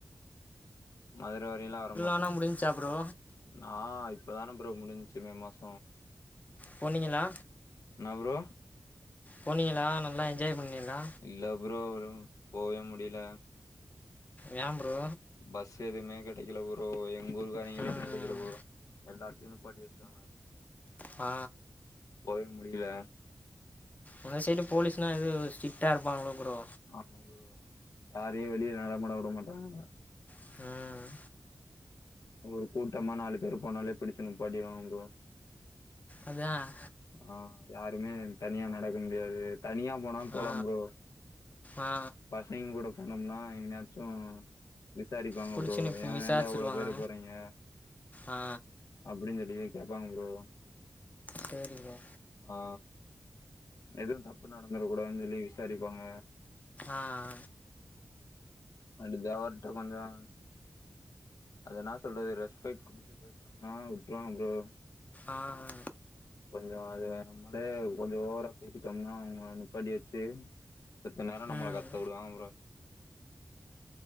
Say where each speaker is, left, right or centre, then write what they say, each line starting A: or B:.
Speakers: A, on the left (about 85°); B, on the left (about 25°).
A: மதுர வரைல்லா வர மாட்
B: பண்ண முடிஞ்சா ப்ரோ
A: நா இப்பதான ப்ரோ முடிஞ்ச்சு மே மாச
B: போனீங்களா
A: என்னா ப்ரோ
B: போனியலா நல்லா என்ஜாய் பண்ணிகிலா
A: இல்ல ப்ரோ போவே முடியல
B: யா ப்ரோ
A: பஸ் எதுவுமே கெடைக்கல ப்ரோ எங்க ஊருக்காரங்கலே
B: ம்
A: கெடைக்கல ப்ரோ எல்லாத்தையு நிப்பாட்டி வச்சுடாங்க
B: ஆ
A: போவே முடியல
B: அந்த சைடு போலீஸ்னா எது ஸ்ட்ரிக்டா இருப்பாங்களோ ப்ரோ
A: ஆமா ப்ரோ யாரயு வெளிய நடமாட விட மாட்டாங்க
B: ம் ம்
A: ஒரு கூட்டமா நாலு பேர் போனாலே புடிச்சு நிப்பாட்டிட்டு வாங்க ப்ரோ
B: அதான்
A: ஆஹ் யாருமே தனியா நடக்க முடியாது தனியா போனா போலாம்
B: ஆ
A: புரோ
B: ஆ
A: பசங்க கூட போனோம்னா எங்கினாய்ச்சும் விசாரிப்பாங்க
B: புடிச்சுன்னு
A: ப்ரோ
B: இப்ப
A: ஏன்
B: விசாரிச்சிருவாங்க
A: ஏண்டா இவ்வளோ பேரு போறீங்க
B: ஆ
A: அப்டிஞ்சொல்லி கேப்பாங்க ப்ரோ
B: சேரி ப்ரோ
A: ஆ எதுவும் தப்பு நடந்தரகூடான்னு சொல்லி விசாரிப்பாங்க
B: ஆ ஆ
A: <unintelligible> கொஞ்சம் அதென்னா சொல்றது ரெஸ்பைட் குடுத்து பேசனம்ன்னா விட்ருவாங்க ப்ரோ
B: ஆ ஆ
A: கொஞ்சம் அது வேணும் நம்மளே கொஞ்சம் ஓவரா பேசிட்டோம்ன்னா அவங்க நிப்பாட்டி வச்சு எத்த நேரம் நம்மள
B: ம்
A: கத்த விடுவாங்க ப்ரோ